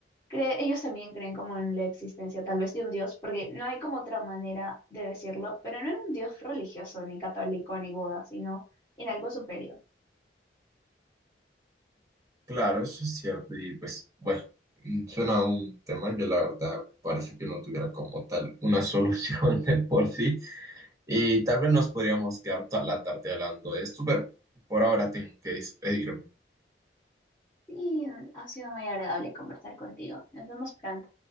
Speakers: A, on the left; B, on the right.
A: cree- ellos también creen como en la existencia tal vez de un Dios, porque no hay como otra manera de decirlo, pero no en un Dios religioso, ni católico, ni Buda, sino en algo superior.
B: Claro, eso es cierto y pues bueno, mm, suena a un tema que la verdad parece que no tuviera como tal una solución <laughs> de por sí y tal vez nos podríamos quedar toda la tarde hablando de esto, pero por ahora tengo que despedirme.
A: Y mm, ha sido muy agradable conversar contigo. Nos vemos pronto.